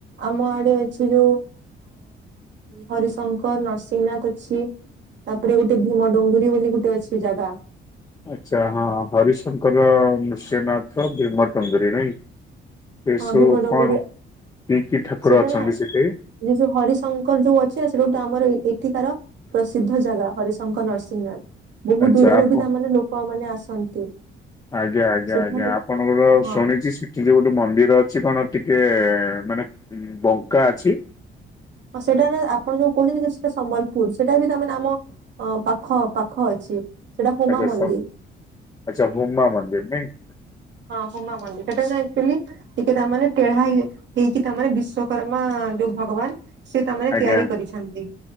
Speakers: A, on the right; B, on the left.
A: ଆମ ଆଡ଼େ ଅଛି ଯଉ ହରି ଶଙ୍କର୍, ନର୍ସିଂନା---ଅଛି। ତା'ପରେ ଗୁଟେ ଭୁମ ଡୁଙ୍ଗୁରି ବୋଲି ଗୁଟେ ଅଛି ଜାଗା।
B: ଆଚ୍ଛା, ହଁ ହରି ଶଙ୍କର, ନୃସିଂହ ନାଥ, ଭୀମ ଟୁଙ୍ଗୁରୀ ଏ
A: ହଁ
B: ସବୁ
A: ଭୀମ ଡଙ୍ଗୁରୀ
B: କଣ କି କି ଠାକୁର
A: ସେଟା
B: ଅଛନ୍ତି
A: ନା
B: ସେଠି?
A: ଯେ ଯୋଉଁ ହରିଶଙ୍କର ଯୋଉ ଅଛି ନା ସେ ଟା ଗୋଟେ ଆମର ଏଠିକାର ପ୍ରସିଦ୍ଧ ଜାଗା ହରିଶ୍। ଶଙ୍କର ନରସିଂହ ନାଥ୍ ବହୁତ
B: ଆଚ୍ଛା
A: ଦୂରରୁ
B: ଆପଣ
A: ବି ତା ମାନେ ଲୋକମାନେ ବି ଆସନ୍ତି।
B: ଆଜ୍ଞା - ଆଜ୍ଞା
A: ସେଠାରେ
B: -ଆଜ୍ଞା ଆପଣଙ୍କର
A: ହଁ
B: ଶୁଣିଛି ସି। ସେଠି ଯୋଉ ଗୋଟେ ମନ୍ଦିର ଅଛି କଣ ଟିକେ ମାନେ ବଙ୍କା ଅଛି।
A: ହଁ ସେଇଟା ନା ଆପଣ ଯୋଉ କହୁଛନ୍ତି ସେଟା ସମ୍ବଲପୁର୍ ସେଇଟା ବି ତ ଆମ। ପାଖ ପାଖ ଅଛି। ସେଟା ହୁମା
B: ଆଚ୍ଛା
A: ମନ୍ଦିର
B: ସ ଆଚ୍ଛା ହୁମା ମନ୍ଦିର ନାଇ।
A: ହଁ ହୁମା ମନ୍ଦିର୍ ସେଟା ସିନା ଆକ୍ଚୁଆଲି। ଟିକେ ତାମାନେ ଟେଢା ହେଇକି ତାମାନେ ବିଶ୍ଵକର୍ମା ଯୋଉଁ ଭଗବାନ୍। ସିଏ ତା ମାନେ
B: ଆଜ୍ଞା
A: ତିଆରି କରିଛନ୍ତି